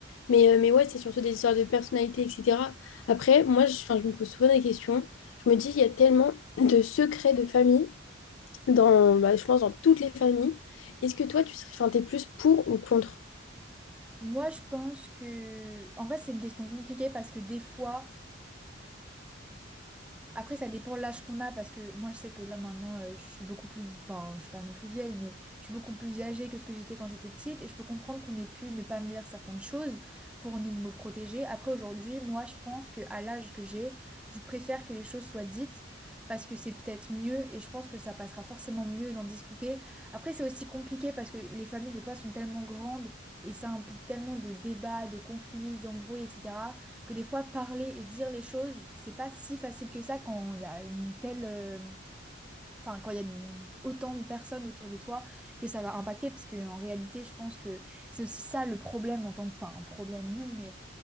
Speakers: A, on the left; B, in the centre.
A: Mais, euh, mais ouais, c'est surtout des histoires de personnalité, etc. Après, moi, je, enfin, je me pose souvent des questions. Je me dis, il y a tellement de secrets de famille, dans, bah, je pense, dans toutes les familles. Est-ce que toi, tu serais, enfin, t'es plus pour ou contre
B: Moi, je pense que... En vrai, c'est une question compliquée parce que des fois... Après, ça dépend l'âge qu'on a, parce que moi, je sais que là, maintenant, euh, je suis beaucoup plus... Enfin, je suis pas non plus vieille, mais je suis beaucoup plus âgée que ce que j'étais quand j'étais petite, et je peux comprendre qu'on ait pu ne pas me dire certaines choses pour nous me protéger. Après, aujourd'hui, moi, je pense que à l'âge que j'ai, je préfère que les choses soient dites, parce que c'est peut-être mieux, et je pense que ça passera forcément mieux d'en discuter. Après, c'est aussi compliqué, parce que les familles, des fois, sont tellement grandes, et ça implique tellement de débats, de conflits, d'embrouilles, etc que des fois parler et dire les choses, c'est pas si facile que ça quand il y a une telle, euh, enfin quand il y a une- autant de personnes autour de toi que ça va impacter, parce que en réalité, je pense que c'est aussi ça le problème en tant que, enfin un problème non, mais